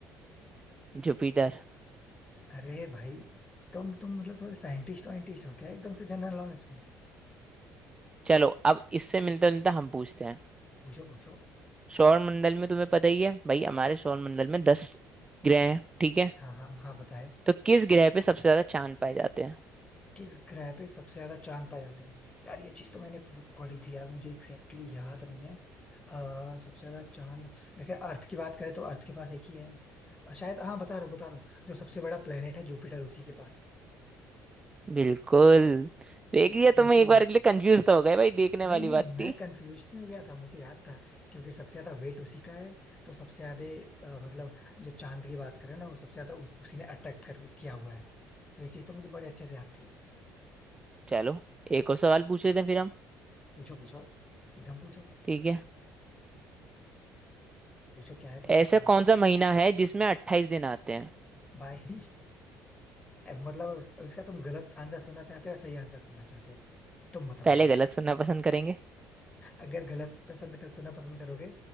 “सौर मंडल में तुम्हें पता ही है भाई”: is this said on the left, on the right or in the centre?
Right